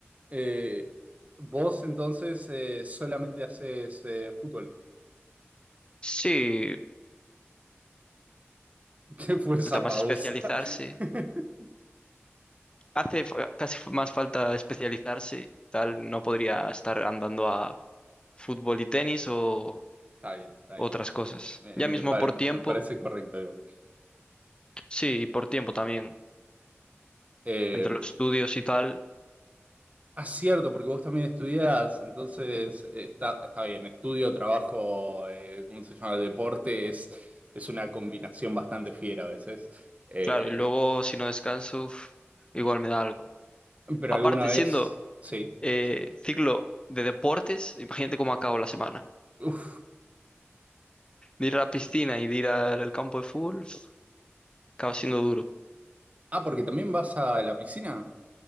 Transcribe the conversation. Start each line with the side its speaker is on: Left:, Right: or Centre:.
Right: Eh, vos entonces eh, solamente haces eh, fútbol.
Left: Sí,
Right: <laughs> ¿Qué fue esa
Left: falta más
Right: pausa?
Left: especializarse.
Right: <laughs>
Left: Hace fa- casi f- más falta especializarse. Tal, no podría estar andando a fútbol y tenis o
Right: Está bien, está
Left: otras
Right: bien.
Left: cosas.
Right: Me,
Left: Ya
Right: me
Left: mismo
Right: pare-
Left: por tiempo.
Right: me parece correcto igual.
Left: Sí, y por tiempo también,
Right: Eh,
Left: entre los estudios y tal,
Right: Ah, cierto, porque vos también estudiás, entonces eh, está, está bien, estudio, trabajo, eh, ¿cómo se llama? Deporte es, es una combinación bastante fiera a veces. Eh,
Left: claro, y luego si no descanso, uf, igual me da algo.
Right: pero
Left: Aparte,
Right: alguna vez,
Left: siendo
Right: sí,
Left: eh,
Right: sí.
Left: ciclo de deportes, imagínate cómo acabo la semana.
Right: Uf.
Left: De ir a la piscina y de ir al campo de fútbol, uf, acaba siendo duro.
Right: Ah, porque también vas a la piscina.